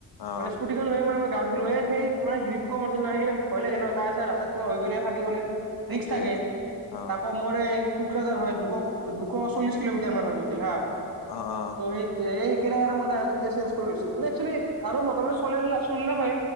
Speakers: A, on the left; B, on the right.
A: অ
B: মানে স্কুটি লৈ মানে গাঁওত গলোঁ। সেই মানে গ্ৰীপ কম আছিল ন সেইকাৰনে ভয় লাগে ন টায়াৰ-চায়াৰ ৰাস্তাত কিবা হৈ গ'লে ফাটি গ'লে।
A: সেইটোৱে
B: ৰিস্ক থাকে
A: অ
B: তাকো মোৰ এই কোকৰাজাৰ হয়, দু-দুশ চল্লিশ কিলোমিটাৰ মান হয় হা
A: অ অ
B: সেই যে সেই কেনে আৰু মই তৰতাৰি চেঞ্জ কৰি লৈছিলো কি একচুৱেলি আৰু মোটামুতি চল চলা হয়।